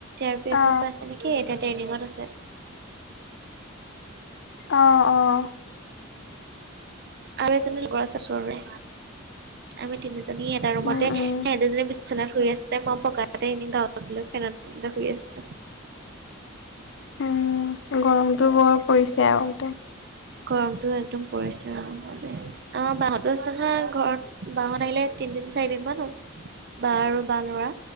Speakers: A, on the right (about 55°); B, on the left (about 60°).
A: আৰ পি এফত
B: অ
A: পাইছে নেকি এতিয়া ট্ৰেইনিত আছে
B: অঁ অঁ
A: আৰু এজনী লগৰ আছে ওচৰৰে আমি, তিনিজনী এটা ৰুমতে
B: উম উম
A: সেটি দুজনী বি চনাত শুই আছে, মই পকাতে এনে গাঁওতো লৈ ফেনৰ তলতে শুই আছোঁ
B: উম গৰমটো বৰ পৰিছে আৱ একদম
A: গৰমটো একদম পৰিছে অ আজি আমাৰ বাহতো আছে নহয় ঘৰত বাহত আহিলে তিনদিন, চাৰিদিন মান হল বা আৰু বা ল'ৰা